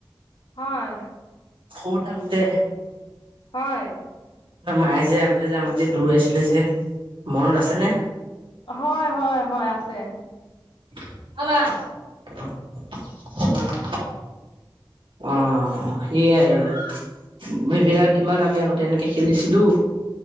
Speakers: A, on the left; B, on the right.
A: হয়।
B: সৰু থাকোঁতে।
A: হয়।
B: মায়ে যে আগতে যে আমাক যে দৌৰোয়াইছিল যে মনত আছেনে?
A: হয়, হয়, হয়, আছে।
B: <unintelligible> অহ, সেইয়াই আৰু সেইবিলাক কিমান আমি আগতে এনেকে খেলিছিলোঁ।